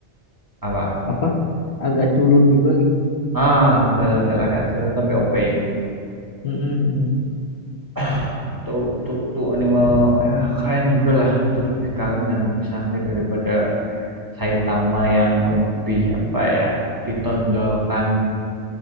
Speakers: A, on the right; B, on the left.
A: Apa?
B: apa agak culun juga gitu
A: Ah, betul betul agak jalan tapi OP. <sighs>
B: Mm-mm, mm-mm.
A: <clears throat> Itu itu itu anime ya, keren juga lah. Itu lebih kalem dan lebih santai daripada Saitama yang lebih apa ya? Ditonjolkan